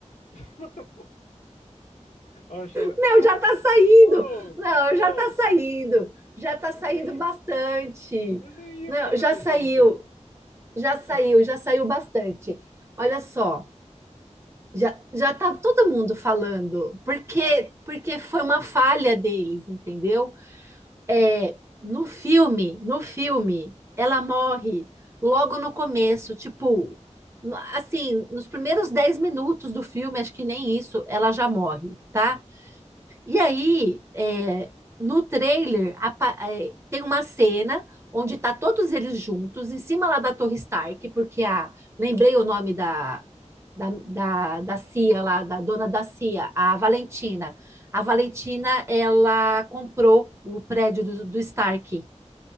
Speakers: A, on the left; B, on the right.
A: <laughs> What the fuck? Ó, Sheila.
B: Meu,
A: Ah,
B: já tá saindo.
A: oh,
B: Não,
A: oh,
B: já tá saindo. Já tá
A: ninguém.
B: saindo bastante.
A: Eu nem ia
B: Não,
A: prestar
B: já
A: atenção
B: saiu.
A: nisso aí.
B: Já saiu,
A: <laughs>
B: já saiu bastante. Olha só, já já tá todo mundo falando, porque
A: Ah,
B: porque foi uma falha deles, entendeu? É, no filme, no filme, ela morre logo no começo, tipo, no- assim, nos primeiros 10 minutos do filme, acho que nem isso, ela já morre, tá? E aí, é, no trailer, apa- é, tem uma cena onde tá todos eles juntos, em cima lá da Torre Stark, porque a, lembrei o nome da, da, da, da CIA lá, da dona da CIA, a Valentina. A Valentina, ela comprou o prédio do, do Stark.